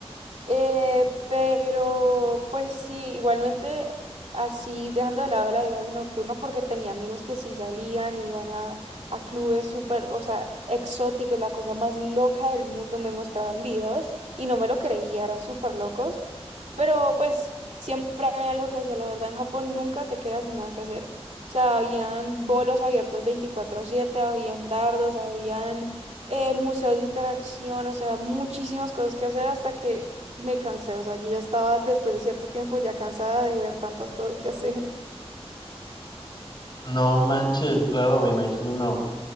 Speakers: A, on the right; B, on the left.
A: Eh, pero pues sí, igualmente así dejando de lado la vida nocturna porque tenía amigos que sí salían y iban a, a clubes súper, o sea, exóticos, la cosa más loca del mundo, me mostraban videos y no me lo creía, eran súper locos. Pero pues siempre hay algo que hacer, la verdad. En Japón nunca te quedas sin nada que hacer. O sea, habían bolos abiertos veinticuatro siete habían dardos, habían eh, museos de interacción, o sea, muchísimas cosas que hacer hasta que me cansé. O sea, yo ya estaba después de cierto tiempo ya cansada de ver tantas cosas que hacer.
B: No manches, claro, me imagino.